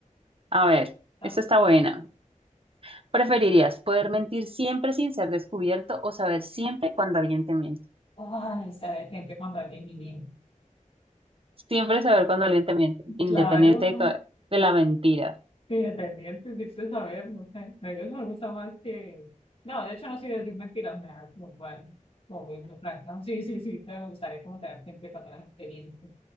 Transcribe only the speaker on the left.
Ah,
Ay, sabes, siempre cuando alguien me viene.
Claro,
Sí, dependiente, sí, sé saber, no sé. Me- Eso me gusta más que. No, de hecho, no soy de decir mentiras, me da como igual, como mismo, franca. Sí, sí, sí, te gustaría como tener siempre todas las experiencias.